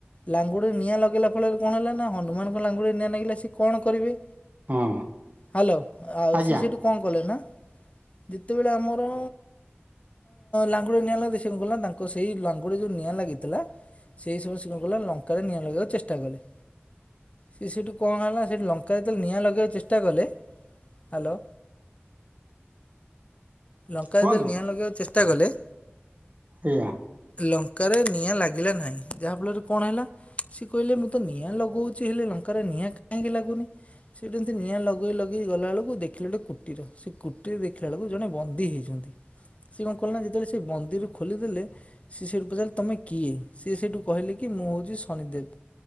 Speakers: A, on the left; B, on the right.
A: ଲାଙ୍ଗୁଡ ରେ ନିଆଁ ଲଗାଇଲା ଫଳରେ କଣ ହେଲା ନା ହନୁମାନଙ୍କ ଲାଙ୍ଗୁଡ ନିଆଁ ଲାଗିଲା ସେ କଣ କରିବେ?
B: ହଁ
A: ହାଲୋ ଆଉ
B: ଆଜ୍ଞା
A: ସେ ସେଇଠୁ କଣ କଲେ ନା ଯେତେବେଳେ ଆମର ଲାଙ୍ଗୁଡ ନିଆଁ ଲାଗି ସେ କଣ କଲେ ନା ତାଙ୍କ ସେଇ ଲାଙ୍ଗ ଯୋଉ ନିଆଁ ଲାଗିଥିଲା ସେଇ ସମୟ କଣ କଲା ଲଙ୍କାରେ ନିଆଁ ଲଗେଇବାକୁ ଚେଷ୍ଟା କଲେ। ସେ ସେଠୁ କଣ ହେଲା ନା ସେ ଲଙ୍କାରେ ଯେତେ ନିଆଁ ଲଗେଇବାକୁ ଚେଷ୍ଟା କଲେ। ହାଲୋ ଲଙ୍କା
B: କୁହନ୍ତୁ
A: ଯେତେଲେ ନିଆଁ ଲଗେଇବାକୁ ଚେଷ୍ଟା କଲେ
B: ସେଇଆ।
A: ଲଙ୍କାରେ ନିଆଁ ଲାଗିଲା ନାହିଁ, ଯାହାଫଳରେ କଣ ହେଲା? ସେ କହିଲେ ମୁଁ ତ ନିଆଁ ଲଗଉଛି ହେଲେ ଲଙ୍କାରେ ନିଆଁ କାହିଁକି ଲାଗୁନି। ସେ ଏମିତି ନିଆଁ ଲଗେଇ ଲଗେଇ ଗଲାବେଳକୁ ଦେଖିଲେ ଗୋଟେ କୁଟୀର। ସେ କୁଟିରରେ ଦେଖିଲା ବେଳକୁ ଜଣେ ବନ୍ଦୀ ହେଇଛନ୍ତି। ସେ କଣ କଲେ ନା ଯେତେବେଳେ ସେ ବନ୍ଦିରୁ ଖୋଲିଦେଲେ ସେ ସେଇଠୁ ପଚାରିଲେ ତମେ କିଏ? ସିଏ ସେଇଠୁ କହିଲେ କି ମୁଁ ହଉଛି ଶନିଦେବ୍।